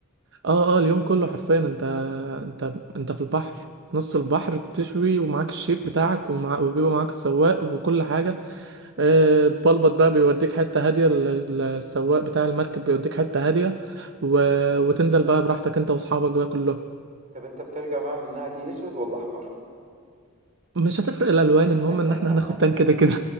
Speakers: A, on the right (about 60°); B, on the right (about 35°).
A: اه اه اليوم كله حرفيا انت انت انت في البحر في نص
B: مم.
A: البحر بتشوي ومعاك الشيف بتاعك ومع... وبيبقى معاك السواق وكل حاجة آه، البلبط بقى بيوديك حتة هادية ال- ال- السواق بتاع المركب بيوديك حتة هادية و... وتنزل بقى براحتك انت واصحابك بقى كلهم
B: طب انت بترجع بقى منها دي اسود ولا احمر
A: مش هتفرق الالوان
B: <laughs>
A: المهم ان احنا هناخد تان كده كده